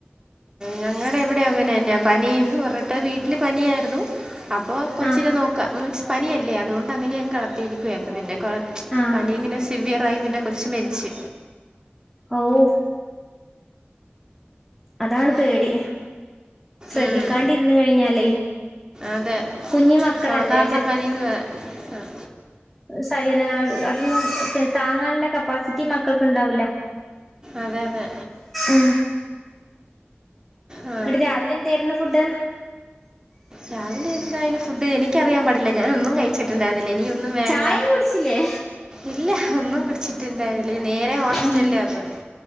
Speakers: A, on the right; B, in the centre.
A: ഞങ്ങടെ എവിടെങ്ങനെന്നെയ. പനിന്ന് പറഞ്ഞിട്ട് വീട്ടിലെ പനിയാരുന്നു.. അപ്പോ കൊച്ചിനെ
B: ആഹ്
A: നോക്കാം മീൻസ് പനിയല്ലേ. അതോണ്ട് അങ്ങനെയങ്. കളത്തിയിരു വെയർകുന്നില്ല കൊറച്
B: ആഹ്
A: പനി ഇങ്ങനെ സിവിയർ ആയി പിന്നെ കൊച്ച് മരിച്ച്..
B: ഔഹ്. അതാണ് പേടി. ശ്രദ്ധിക്കാണ്ടിരുന്ന്.
A: ഉം.
B: കഴിഞ്ഞാലേ.
A: അതെ
B: കുഞ്ഞു മക്കളല്ലേ
A: സാധാരണ പനിന്ന് വെ. അഹ്
B: സൈനാ. അതൊന്നും താങ്ങാനുള്ള കപ്പാസിറ്റി മക്കൾക്ക്. ഉണ്ടാവൂല്ല.
A: അതെ അതെ.
B: ഉം
A: ആ.
B: എടി രാവിലെ എന്തേരുന്നു ഫുഡ്.
A: രാവിലെ എന്തായനുഫുഡ്. എനിക്കറിയാൻ പാടില്ല. ഞാനൊന്നും. കഴി.. ച്ചിട്ടുണ്ടായിരുന്നില്ല. എനിക്കൊന്നും വേണ്ട.
B: ചായയും കുടിച്ചില്ലേ
A: ഇല്ല ഒന്നുംകുടിച്ചി.. ണ്ട നേരെ ഹോസറ്റിറ്റല
B: ഉം
A: ആന്ന്.